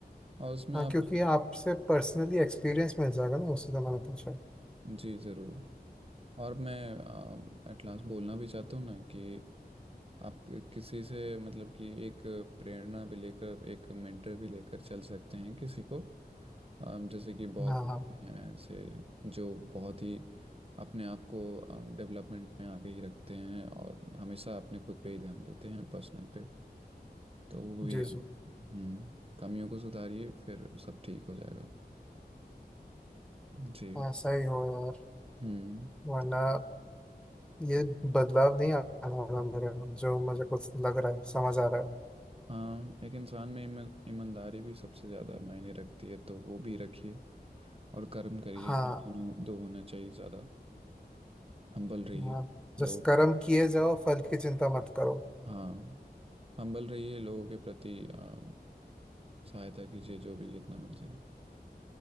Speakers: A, on the right; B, in the centre.
A: और उसमें
B: हाँ
A: आप
B: क्योंकि आपसे पर्सनली एक्सपीरियंस मिल जाएगा ना उससे तो मैंने पूछा
A: जी ज़रूर और मैं एट लास्ट बोलना भी चाहता हूँ ना कि आप किसी से मतलब कि एक प्रेरणा भी लेकर एक मेंटर भी लेकर चल सकते हैं किसी को अम, जैसे कि बहुत
B: हाँ हाँ
A: हैं ऐसे जो बहुत ही अपने आप को डेवलपमेंट में आगे ही रखते हैं और हमेशा अपने खुद पे ही ध्यान देते हैं पर्सनल पे तो वो भी
B: जी
A: आप-
B: जी
A: हम्म कमियों को सुधारिए फिर सब ठीक हो जाएगा जी
B: हाँ सही हो यार
A: हम्म
B: वरना
A: तो
B: ये बदलाव नहीं आना वाला मेरे में, जो मुझे कुछ लग रहा है समझ आ रहा है
A: हाँ एक इंसान में ईमान- ईमानदारी भी सबसे ज़्यादा मायने रखती है तो वो भी रखिए और कर्म करिए
B: हाँ
A: यही दोनों दो होना चाहिए ज्यादा हम्बल रहिए
B: हाँ जिस
A: लोग
B: कर्म किए जाओ फल की चिंता मत करो
A: हाँ हम्बल रहिए लोगों के प्रति आ, सहायता कीजिए जो भी जितना बन सके